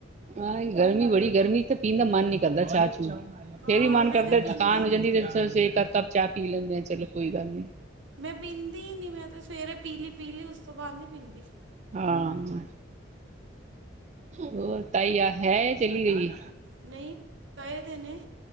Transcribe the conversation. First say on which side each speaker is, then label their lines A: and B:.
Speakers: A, on the right; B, on the right.
A: ਹਾਂ ਗਰਮੀ ਬੜੀ ਗਰਮੀ ਚ ਤਾਂ ਪੀਣ ਦਾ ਮਨ ਨੀ ਕਰਦਾ ਚਾਹ ਚੂ
B: ਹਾਂ
A: ਫੇਰ ਵੀ ਮਨ
B: ਮੈਂ
A: ਕਰਦਾ
B: ਤੇ ਪੀਂਦੀ
A: ਥਕਾਨ ਹੋ
B: ਨਹੀਂ
A: ਜਾਂਦੀ ਐ, ਤੇ ਛੇ ਅ ਕੱਪ ਚਾਹ ਪੀ ਲੈਂਦੇ ਆ ਚਲੋ ਕੋਈ ਗੱਲ ਨੀ।
B: ਮੈਂ ਪੀਂਦੀ ਨੀ ਮੈਂ ਤੇ ਸਵੇਰੇ ਪੀਲੀ-ਪੀਲੀ ਉਸ ਤੋਂ ਬਾਅਦ ਨੀ ਪੀਂਦੀ।
A: ਹਾਂ, ਹੋਰ ਤਾਈ ਆ ਹੈ ਚਲੀ ਗਈ।
B: ਨਹੀਂ ਚਾਹੀਦੇ ਨੇ,